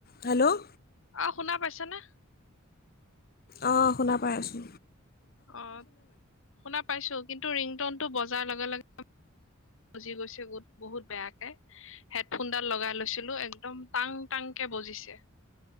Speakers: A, on the left (about 45°); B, on the left (about 65°).
A: Hello
B: অ' শুনা পাইছা নে?
A: অ'শুনা পাই আছো।
B: অ', শুনা পাইছো, কিন্তু ৰিংটনটো বজাৰ লগে লগে বুজি গৈছে গোত বহুত বেয়াকে। হেডফোনডাল লগাই লৈছিলো, একদম টং, টাং কে বজিছে।